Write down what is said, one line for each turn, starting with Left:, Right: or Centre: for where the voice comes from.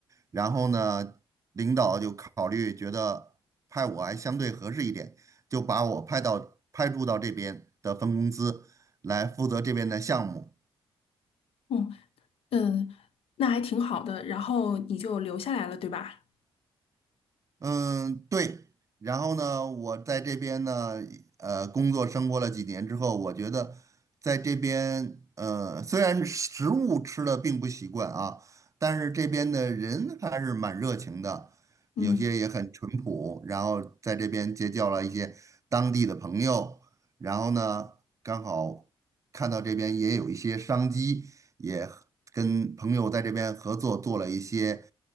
Right: 然后呢，领导就考虑觉得派我还相对合适一点。就把我派到派驻到这边的分公司来负责这边的项目。
Left: 嗯，嗯，那还挺好的，然后你就留下来了，对吧？
Right: 嗯，对。然后呢，我在这边呢，呃，工作生活了几年之后，我觉得在这边，呃，虽然食物吃的并不习惯啊，但是这边的人还是蛮热情的，
Left: 嗯。
Right: 有些也很淳朴。然后在这边结交了一些当地的朋友，然后呢，刚好看到这边也有一些商机，也和跟朋友在这边合作做了一些